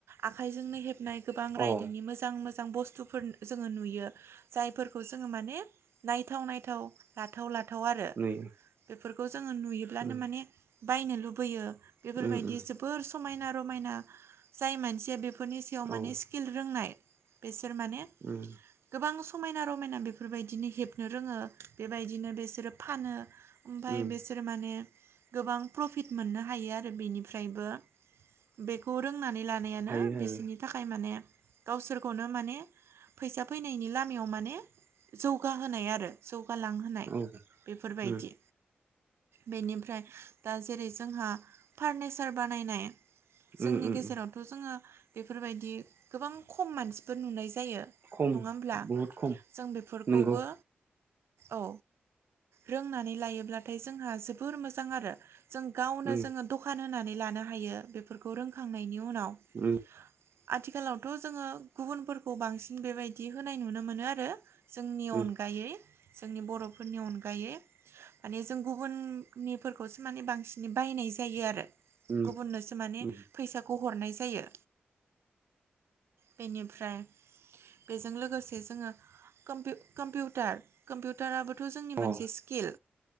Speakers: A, on the right; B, on the right.
A: आखाइजोंनो हेबनाय गोबां रायदोंनि
B: अ
A: मोजां मोजां मोजां बुस्थुफोर जोङो नुयो जायफोरखौ जोङो माने नायथाव नायथाव लाथाव लाथाव थाव आरो
B: नै
A: बेफोरखौ जोङो नुयोब्लानो
B: उम
A: माने बायनो लुबैयो बेफोरबायदि
B: उम उम
A: जोबोर समायना रमायना जाय मानसिया बे बेफोरनि सायाव माने
B: औ
A: स्किल रोंनाय बिसोर माने
B: उम
A: गोबां समायना रमायना बेफोरबायदिनो हेबनो रोङो बेबायदिनो बेसोरो फानो ओमफाय
B: उम
A: बिसोरो माने गोबां प्रफिट मोननो हायो आरो बेनिफ्रायबो बेखौ रों नानै लानायानो
B: हायो हायो
A: बिसोरनि थाखाय माने गावसोरखौनो माने फैसा फैनायनि लामायाव माने जौगाहोनाय आरो जौ गालांहोनाय
B: औ
A: बेफोरबायदि
B: उम
A: बेनिफ्राय दा जेरै जोंहा फारनिचार बानायनाय जोंनि
B: उम उम
A: गेजेरावथ' जोङो बेफोरबायदि गोबां खम मानसिफोर नुनाय जायो जायो
B: खम
A: नङा हब्ला
B: बहुद खम
A: जों बेफोरखौबो
B: नंगौ
A: औ रोंनानै लायोब्लाथाय जोंहा जोबोर मोजां आरो जों गावनो
B: उम
A: जोङो दखान होनानै लानो हायो बेफोरखौ रोंखांनायनि उनाव उनाव
B: उम
A: आथिखालावथ' जोङो गुबुनफोरखौ बांसिन बेबायदि होनाय नुनो मोनो आरो जोंनि
B: उम
A: अनगायै जोंनि बर'फोरनि अनगायै माने जों गुबुननिफोरखौसो माने बांसिन बायनाय नाय जायो आरो
B: उम
A: गुबुननोसो माने
B: उम
A: फैसाखौ हरनाय जायो बिनिफ्राय बेजों लोगोसे जोङो कम्पिउटार कम्पिउटाराबो थ' जोंनि
B: अ
A: मोनसे स्किल